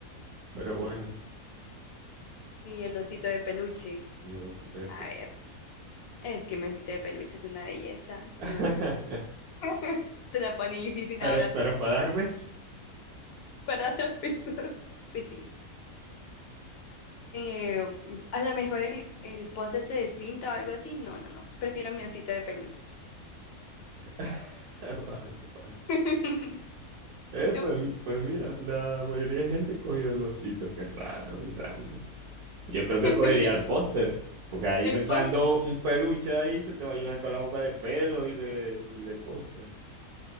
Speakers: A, on the right (about 80°); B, on the left (about 60°).
A: Pero
B: Mm,
A: bueno,
B: Y el osito de peluche.
A: mi bolsito de pe-
B: A ver, es que mi osito de peluche es una belleza.
A: <laughs>
B: No lo sé. <laughs> Se la pone difícil
A: Pero,
B: a Brad
A: pero
B: Pitt.
A: para dar besos.
B: para las <laughs> personas. Pues sí. Eh, a lo mejor el, el póster se despinta o algo así. No, no, no. Prefiero mi osito de peluche.
A: <laughs> Vale, vale.
B: <laughs>
A: Eh,
B: ¿Y tú?
A: pues, pues mira, la mayoría de gente cogió el osito, que es raro y random. Yo creo que
B: <laughs>
A: cogería el póster, porque ahí
B: El
A: besando
B: póster.
A: un peluche ahí se te va a llenar toda la boca de pelo y de, y de cosas.